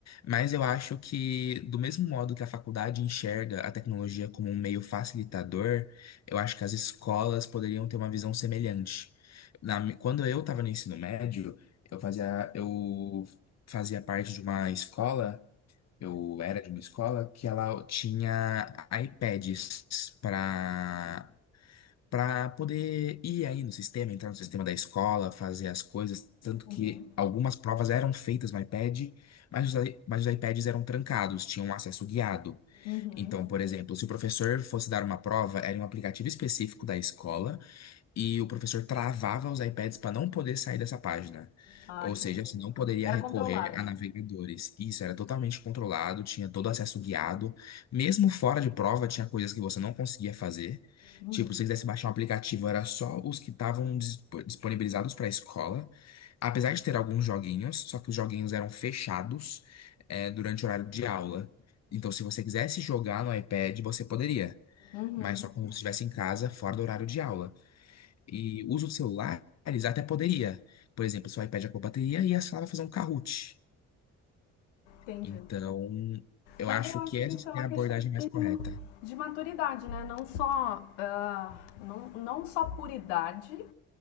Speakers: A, on the left (about 45°); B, on the left (about 85°).
A: mas eu acho que, do mesmo modo que a faculdade enxerga a tecnologia como um meio facilitador, eu acho que as escolas poderiam ter uma visão semelhante. Na mi- quando eu estava no ensino médio, eu fazia, eu fazia parte de uma escola, eu era de uma escola que ela tinha iPads para para poder ir aí no sistema, entrar no sistema da escola, fazer as coisas. Tanto
B: Uhum,
A: que algumas provas eram feitas no iPad, mas os, i- mas os iPads eram trancados, tinham acesso guiado.
B: uhum.
A: Então, por exemplo, se o professor fosse dar uma prova, era em um aplicativo específico da escola e o professor travava os iPads para não poder sair dessa página.
B: Ah,
A: Ou
B: entendi.
A: seja, você não poderia
B: Era
A: recorrer
B: controlado.
A: a navegadores. Isso era totalmente controlado, tinha todo acesso guiado. Mesmo fora de prova, tinha coisas que você não conseguia fazer.
B: Uhum,
A: Tipo, se você quisesse baixar um aplicativo, era só os que estavam dispo- disponibilizados para a escola. Apesar de ter alguns joguinhos, só que os joguinhos eram fechados, eh, durante o horário de aula. Então, se você quisesse jogar no iPad, você poderia,
B: uhum,
A: mas só quando você estivesse em casa, fora do horário de aula. E uso de celulares até poderia. Por exemplo, se o iPad acabou a bateria e a sala vai fazer um Kahoot.
B: entendi.
A: Então, eu
B: Mas
A: acho
B: eu acho
A: que essa
B: que isso
A: seria
B: é uma questão.
A: a abordagem mais correta.
B: de maturidade, né? Não só, ah, não, não só por idade,